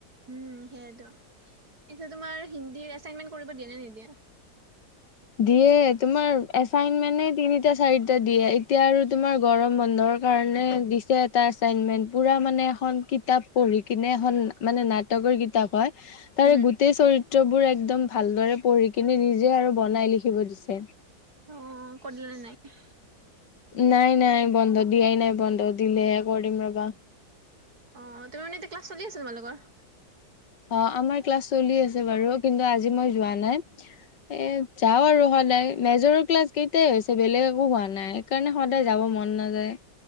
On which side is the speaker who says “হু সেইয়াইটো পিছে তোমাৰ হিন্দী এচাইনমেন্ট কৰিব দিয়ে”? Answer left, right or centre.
Right